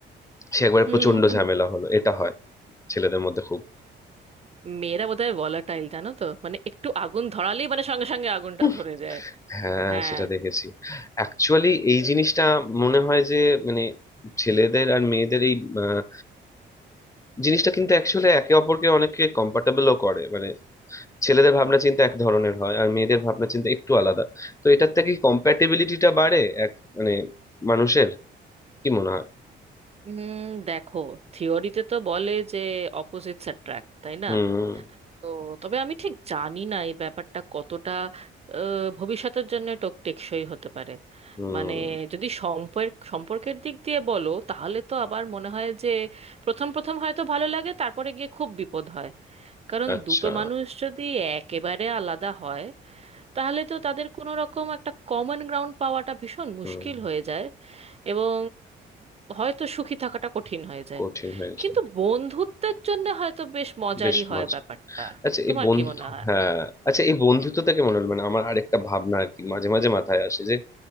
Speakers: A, on the left (about 15°); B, on the right (about 30°).
A: সে একবারে
B: হুম
A: প্রচন্ড
B: হুম।
A: ঝামেলা হলো এটা হয় ছেলেদের মধ্যে খুব
B: মেয়েরা বোধহয় ভোলাটাইল জানো তো মানে একটু আগুন ধরালেই মানে সঙ্গে সঙ্গে আগুনটা
A: <laughs>
B: ধরে যায়
A: হ্যাঁ
B: হ্যাঁ
A: সেটা দেখেছি অ্যাকচুয়ালি এই জিনিসটা মনে হয় যে মানে ছেলেদের আর মেয়েদের এই আহ, জিনিসটা কিন্তু অ্যাকচুয়ালি একে অপরকে অনেকে কম্পার্টেবলও করে মানে ছেলেদের ভাবনা চিন্তা এক ধরনের হয় আর মেয়েদের ভাবনা চিন্তা একটু আলাদা তো এটার থেকে কম্প্যাটেবিলিটিটা বাড়ে এক মানে মানুষের কি মনে হয়
B: উম দেখো থিওরিতে তো বলে যে অপোজিটস অ্যাট্রাক্ট তাই না
A: হুম
B: তো তবে আমি ঠিক জানি না এই ব্যাপারটা কতটা আহ, ভবিষ্যতের জন্য টোক টেকসই হতে পারে
A: হুম
B: মানে যদি সম্পর্ক সম্পর্কের দিক দিয়ে বলো তাহলে তো আবার মনে হয় যে প্রথম প্রথম হয়তো ভালো লাগে তারপরে গিয়ে খুব বিপদ হয় কারণ
A: আচ্ছা
B: দুটো মানুষ যদি একেবারে আলাদা হয় তাহলে তো তাদের কোনো রকম একটা কমন গ্রাউন্ড পাওয়াটা ভীষণ মুশকিল
A: হুম
B: হয়ে যায় এবং হয়তো সুখী থাকাটা কঠিন হয়ে যায়
A: কঠিন হয়েছে
B: কিন্তু বন্ধুত্বের জন্য হয়তো বেশ মজারই
A: বেশ
B: হয়
A: মজা
B: ব্যাপারটা
A: আচ্ছা
B: তোমার
A: এই বন্ধু
B: কি মনে হয়
A: হ্যাঁ আচ্ছা এই বন্ধুত্ব থেকে মনে হলো মানে আমার আরেকটা ভাবনা আর কি মাঝে মাঝে মাথায় আসে যে